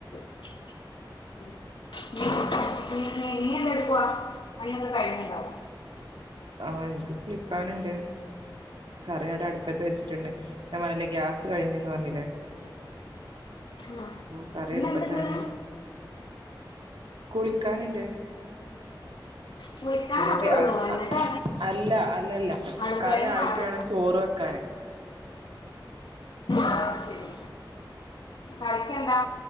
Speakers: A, on the left; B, on the right.
A: ഉം നീ- നീ എന്തെടുക്കുവാ പണിയൊക്കെ കഴിഞ്ഞുണ്ടാവും
B: ആ എനിക്ക് കുളിക്കാനുണ്ട് കറിയോടെ അടുപ്പത്ത് വെച്ചിട്ടുണ്ട് ഞാൻ പറഞ്ഞല്ലേ ഗ്യാസ് കഴിഞ്ഞന്ന് പറഞ്ഞില്ലേ
A: ഉം.
B: ഓ കറി
A: പിന്നെ
B: അടുപ്പത്താണ്
A: എന്തുണ്ടെന്ന്
B: കുളിക്കാനുണ്ട്
A: കുളിക്കാൻ
B: പിന്നെക്കെ
A: മാത്രമേ
B: ആ
A: ഉള്ളൂ എന്നിട്ടാണ്
B: അല്ല അല്ലല്ല
A: അടുക്കളയിൽ
B: കറി
A: നിന്ന്
B: ആയിട്ട്
A: മാറി
B: വേണം ചോറ് വെക്കാന്
A: അ ശരി കറിക്കെന്താ